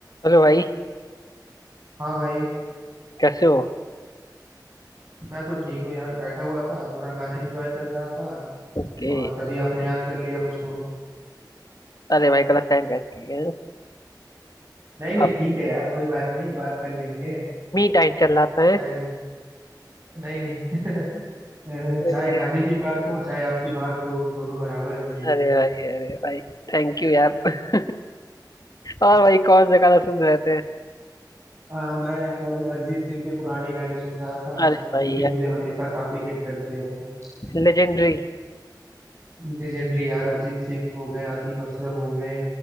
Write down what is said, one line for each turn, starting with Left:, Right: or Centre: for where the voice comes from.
Left: Hello भाई
Right: हाँ भाई
Left: कैसे हो
Right: मैं तो ठीक हूँ यार बैठा हुआ था थोड़ा गाना एंजॉय कर रहा था
Left: ओके
Right: और तभी आपने याद कर लिया मुझको
Left: अरे भाई गलत टाइम बैठ गया है।
Right: नहीं नहीं
Left: अब
Right: ठीक है यार कोई बात नहीं बात कर लेंगे
Left: मी टाइम चल रहा है
Right: चाहे नहीं नहीं <laughs> अ, चाहे
Left: अरे
Right: गाने की बात हो चाहे आपकी बात हो दोनों बराबर है मेरे लिए
Left: अरे भाई अरे भाई थैंक यू यार <laughs> और भाई कौन सा गाना सुन रहे थे
Right: आ, मैं यार वही अरिजीत सिंह के पुराने गाने सुन रहा था
Left: अरे भाई
Right: जो कि मुझे हमेशा काफी हिट करते हैं
Left: यार लेजेंडरी
Right: लेजेंडरी यार अरिजीत सिंह हो गए आतिफ असलम हो गए